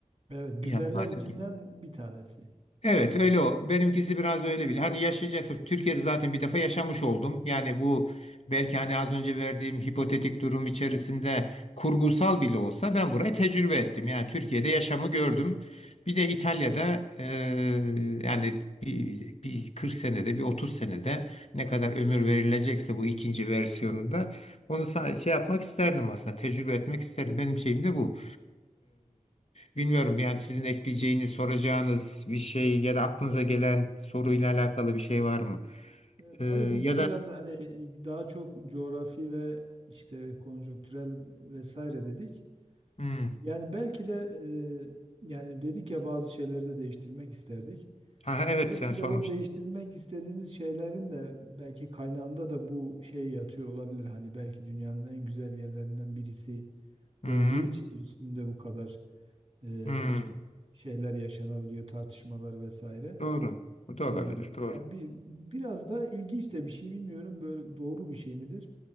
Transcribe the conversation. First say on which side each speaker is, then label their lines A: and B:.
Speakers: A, on the right (about 40°); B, on the left (about 55°).
A: Evet, güzeller
B: Ya madem
A: içinden
B: ki
A: bir tanesi.
B: Evet öyle o. Benimkisi biraz öyle bile. Hani yaşayacaksın. Türkiye'de zaten bir defa yaşamış oldum. Yani bu belki hani az önce verdiğim hipotetik durum içerisinde kurgusal bile olsa ben burayı tecrübe ettim. Yani Türkiye'de yaşamı gördüm. Bir de İtalya'da eee, yani bir, bir 40 senede bir 30 senede ne kadar ömür verilecekse bu ikinci versiyonunda onu sadece şey yapmak isterdim aslında. Tecrübe etmek isterdim. Benim şeyim de bu. Bilmiyorum yani sizin ekleyeceğiniz, soracağınız bir şey ya da aklınıza gelen soruyla alakalı bir şey var mı?
A: E,
B: Ee,
A: tabii biz
B: ya
A: biraz
B: da
A: hani daha çok coğrafi ve işte konjonktürel vesaire dedik.
B: hmm.
A: Yani belki de e, yani dedik ya bazı şeyleri de değiştirmek isterdik.
B: Ha, evet
A: Belki
B: sen sormuştun.
A: de o değiştirmek istediğimiz şeylerin de belki kaynağında da bu şey yatıyor olabilir. Hani belki dünyanın en güzel yerlerinden birisi
B: Hı-hı.
A: olduğu için üstünde bu kadar e,
B: Hı. Hmm.
A: işte şeyler yaşanabiliyor, tartışmalar vesaire.
B: Doğru. Bu da
A: Ee,
B: olabilir. Doğru.
A: yani bir, biraz da ilginç de bir şey bilmiyorum böyle doğru bir şey midir?